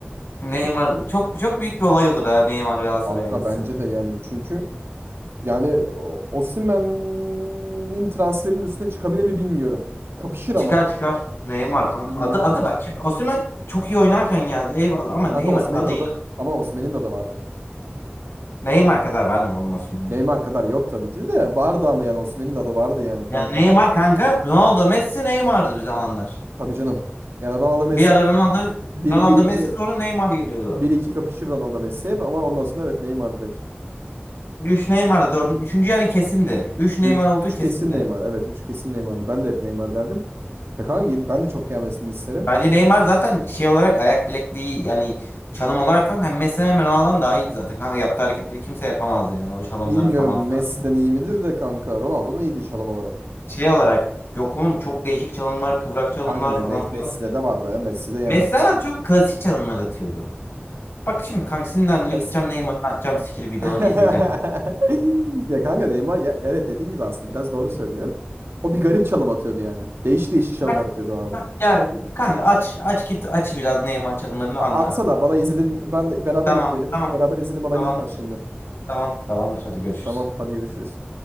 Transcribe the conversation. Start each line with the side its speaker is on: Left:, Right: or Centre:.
Left: Neymar çok çok büyük bir olay olur ha Neymar
Right: <laughs>
Left: Galatasaray'a
Right: Kanka
Left: gelse.
Right: bence de yani çünkü yani o- Osimhen'in transferinin üstüne çıkabilir mi bilmiyorum. Kapışır
Left: Çıkar
Right: ama
Left: çıkar. Neymar kanka.
Right: bilmiyorum.
Left: Adı adı bak. Şimdi Osimhen çok iyi oynarken geldi eyvallah ama Neymar
Right: Kanka Osimhen'in
Left: adıyla.
Right: adı ama Osimhen'in de adı vardı.
Left: Neymar kadar var mı oğlum Osimhen'in
Right: Neymar
Left: adı?
Right: kadar yok tabii ki de vardı ama yani Osimhen'in de adı vardı yani kanka.
Left: Yani Neymar kanka. Ronaldo Messi Neymar'dı bir zamanlar.
Right: Tabii canım. Yani Ronaldo Messi
Left: Bir ara Ronaldo
Right: bir
Left: Ronaldo
Right: bir iki
Left: Messi sonra Neymar geliyordu.
Right: bir iki kapışır Ronaldo Messi hep ama ondan sonra evet Neymar direkt.
Left: üç Neymar'dı. dördün- Üçüncü yani kesindi. üç Neymar
Right: üç
Left: olduğu
Right: üç
Left: kesindi.
Right: kesin Neymar. Evet 3 kesin Neymar'dı. Ben de hep Neymar derdim. Ya kanka ben de çok gelmesini isterim.
Left: Bence Neymar zaten şey olarak ayak bilekliği yani çalım olarak falan hem Messi hem Ronaldo'dan daha iyiydi zaten. Kanka yaptığı hareketleri kimse yapamazdı yani o çalımları
Right: Bilmiyorum
Left: falan.
Right: Messi'den iyi midir de kanka Ronaldo'dan iyiydi şalım olarak.
Left: Şey olarak yok oğlum çok değişik çalımlar, kıvrak çalımlar
Right: Kanka Me-
Left: falan
Right: Me-
Left: filan
Right: Messi'de
Left: atıyor.
Right: de var be. Messi'de yani.
Left: Mesela çok klasik çalımlar atıyordu. Bak şimdi kanka sinirlendiğine
Right: Yes.
Left: gideceğim Neymar'ın atacağım skill videolarını
Right: <laughs>
Left: izleyeceğim.
Right: Ya kanka Neymar ya, evet dediğin gibi aslında biraz doğru söylüyorsun. O bir garip çalım atıyordu yani. Değişik değişik çalımlar
Left: Bak
Right: atıyordu o abi.
Left: bak gel kanka aç aç git aç biraz Neymar çalımlarını
Right: A-
Left: anla.
Right: atsana bana izledin. Ben de- beraber
Left: Tamam
Right: izleyelim.
Left: tamam
Right: Beraber izleyelim bana
Left: tamamdır.
Right: link at şimdi.
Left: Tamam tamamdır hadi görüşürüz.
Right: Tamam hadi görüşürüz.